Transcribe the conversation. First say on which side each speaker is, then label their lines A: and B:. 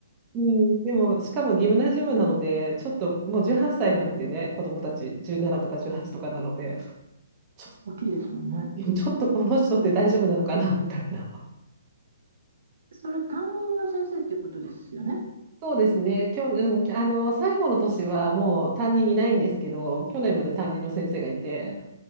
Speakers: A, on the right; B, on the right.
A: うん、でもしかもギムナジウムなのでちょっともう18歳なのでね子供たち17とか18とかなのでちょっと
B: 大きいですもんね。
A: <laughs> ちょっとこの人って大丈夫なのかなみたいな。
B: それ担任の先生っていうことですよね。
A: そうですね、去年、うんあの最後の年はもう担任いないんですけど去年まで担任の先生がいて